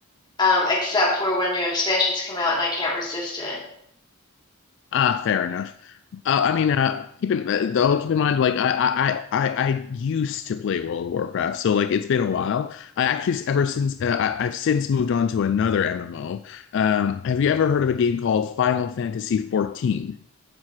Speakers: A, on the left; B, on the left.
A: um, except for when new expansions come out and I can't resist it.
B: Ah, fair enough. Uh, I mean, uh, keep in uh, though, keep in mind, like I, I, I, I I used to play World of Warcraft, so like it's been a while. I actually, s- ever since, uh, I, I've since moved on to another MMO. Um, have you ever heard of a game called Final Fantasy 14?